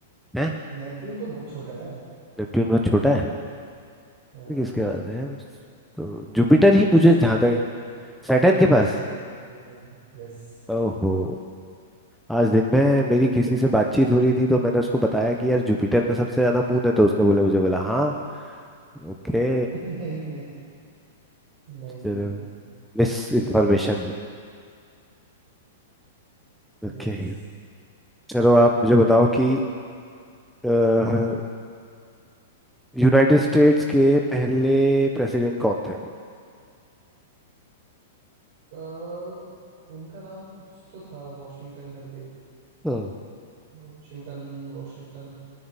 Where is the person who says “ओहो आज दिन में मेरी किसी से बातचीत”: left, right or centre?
Centre